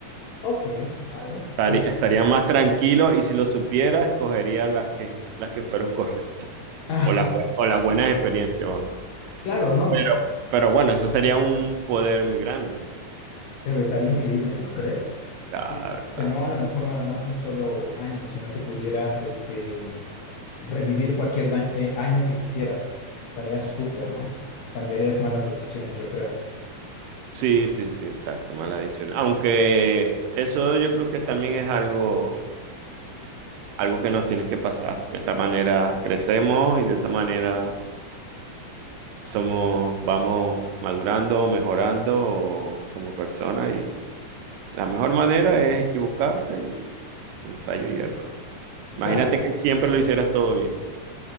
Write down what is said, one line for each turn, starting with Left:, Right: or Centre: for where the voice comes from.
Left: Ok, vale.
Right: Estari-
Left: Te-
Right: Estaría más tranquilo y si lo supiera, escogería las que, las que fueron correctas
Left: Ah,
Right: o las, bue- o las buenas experiencias, vamos.
Left: claro, ¿no?
Right: Pero, pero bueno, eso sería un poder muy grande.
Left: Pero estaría increíble, ¿no crees?
Right: Claro,
Left: Y que
Right: claro.
Left: no a lo mejor nada más un solo año, sino que pudieras este, revivir cualquier da- eh, año que quisieras. Estaría súper, ¿no? Cambiarías malas decisiones, yo creo.
Right: Sí, sí, sí, exacto, mala adicción. Aunque eso yo creo que también es algo, algo que nos tienes que pasar. De esa manera crecemos y de esa manera somos, vamos madurando, mejorando como personas y La mejor manera es equivocarse y y ensayo y error. Imagínate
Left: Claro.
Right: que siempre lo hicieras todo bien.